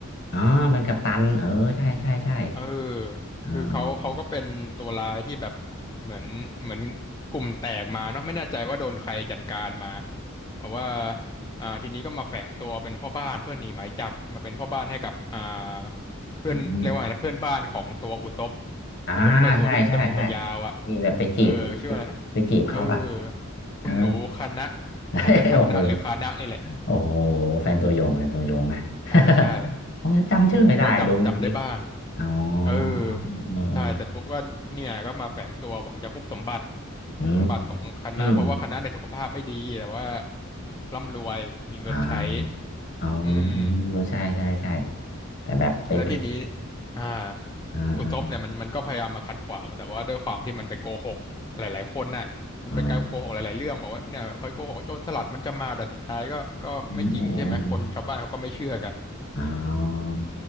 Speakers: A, on the left; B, on the left.
A: อ๋อเป็นกัปตันเออใช่ใช่ใช่
B: เออ
A: อ่าอืม
B: คือเขาเขาก็เป็นตัวร้ายที่แบบเหมือนเหมือนกลุ่มแตกมาเนาะไม่แน่ใจว่าโดนใครจัดการมาแต่ว่าอ่าทีนี้ก็มาแฝงตัวเป็นพ่อบ้านเพื่อหนีหมายจับมาเป็นพ่อบ้านให้กับอ่าเพื่อนเรียกว่าไงนะเพื่อนบ้านของตัวอุศบ
A: อืมอ่าใช่ใช่ใช่
B: อุศบก็ไอตัวที่มันจมูกยาวๆอ่ะ
A: ที่แบบไปจีบไปไปจีบเขาป่ะ
B: เออชื่ออะไรนะเออ
A: เออ
B: คุณหนูคานะ
A: <laughs>
B: น่าจะคันนะหรือคานะนี่แหละ
A: โอ้โหโอ้โหแฟนตัวยงแฟนตัวยงนะ <laughs>
B: ใช่ใช่
A: ผมจำชื่อไม่ได้ดูเมื่อกี้
B: โอ้โหผมผมก็จำจำได้บ้าง
A: อ๋อ
B: เออ
A: เออเออ
B: ใช่เสร็จปุ๊บก็เนี่ยก็มาแฝงตัวหวังจะฮุบสมบัติ
A: อื
B: ฮุบสมบัติของคณะเพราะว่าคณะในยสุขภาพไม่ดีแต่ว่า
A: ม
B: ร่ำรวยมีเงินใช้
A: อ่าอ๋อ
B: อืม
A: เออใช่ใช่ใช่แต่แบบไปไป
B: แล้วทีนี้อ่า
A: อ่าอ่า
B: อุศบเนี่ยมันมันก็พยายามมาขัดขวางแต่ว่าด้วยความที่มันไปโกหกหลายๆคนน่ะมันไปโกหกหลายๆเรื่องบอกว่าเนี่ยคอยโกหกว่าโจรสลัดมันจะมาแต่สุดท้ายก็ก็ไม่จริงใช่ไหมคนชาวบ้านเขาก็ไม่เชื่อกัน
A: อ่าอืมอืมอืมอืมอ๋อ